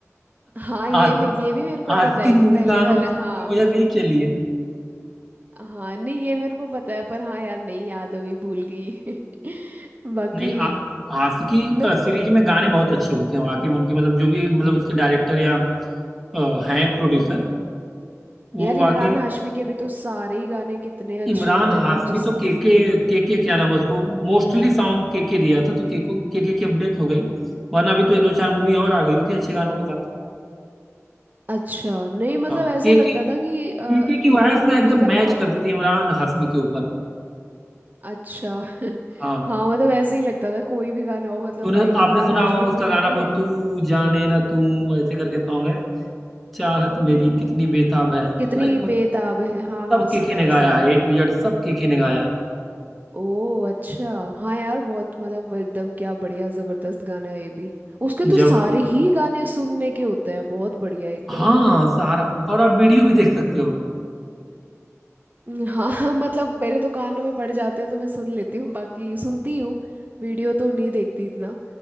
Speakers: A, on the right (about 35°); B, in the centre.
A: हाँ ये
B: आशिकी
A: मैं ये भी मेरे को
B: आशिकी
A: पता है कि
B: मूवी
A: पहले
B: गानों
A: वाला
B: की
A: हाँ
B: वजह से ही चली है
A: हाँ नहीं ये मेरे को पता है पर हाँ यार नहीं याद अभी भूल गई <laughs> बाकी
B: नहीं आ, आशिकी
A: मैं
B: सीरीज में गाने बहुत अच्छे होते हैं वाकई में उनके मतलब जो भी मतलब उसके डायरेक्टर या अ, हैं प्रोड्यूसर वो
A: यार
B: वाकई
A: इमरान
B: में-
A: हाशमी के भी तो सारे ही गाने कितने
B: इमरान
A: अच्छे होते हैं
B: हाशमी
A: ना जिस
B: तो के के के के क्या नाम है उसको मोस्टली सॉन्ग के के दिया था तो के को के के की अपडेट हो गई वरना अभी तो ये दो चार मूवी और आ गई होती है अच्छे गानों के साथ
A: अच्छा नहीं मतलब
B: हाँ
A: ऐसे
B: के
A: लगता
B: के
A: था कि अ,
B: पीके की वाइफ
A: कोई
B: ना एकदम
A: भी गाना
B: मैच
A: हो
B: करती थी इमरान हाशमी के ऊपर
A: अच्छा <laughs>
B: हाँ
A: हाँ मतलब ऐसे ही लगता था कोई भी गाना हो मतलब
B: तूने
A: भाई
B: आपने
A: इमरान
B: सुना
A: हाशमी
B: होगा उसका
A: की मूवी
B: गाना वो
A: है
B: तू जाने ना तू ऐसे करके सॉन्ग है चाहत मेरी
A: तो हाँ,
B: कितनी बेताब है
A: कितनी
B: लाइक
A: बेताब
B: मतलब
A: है हाँ हाँ
B: सब केके
A: सुना
B: ने
A: है सुना
B: गाया है
A: है
B: ए टू जेड सब केके ने गाया
A: ओ अच्छा हाँ यार बहुत मतलब एकदम क्या बढ़िया जबरदस्त गाना है ये भी उसके
B: है
A: तो
B: जबर
A: सारे ही गाने सुनने के होते हैं बहुत बढ़िया एकदम
B: हाँ सारा और आप वीडियो भी देख सकते हो
A: हाँ <laughs> मतलब मेरे तो कानों में पड़ जाते हैं तो मैं सुन लेती हूँ बाकी सुनती हूँ वीडियो तो नहीं देखती इतना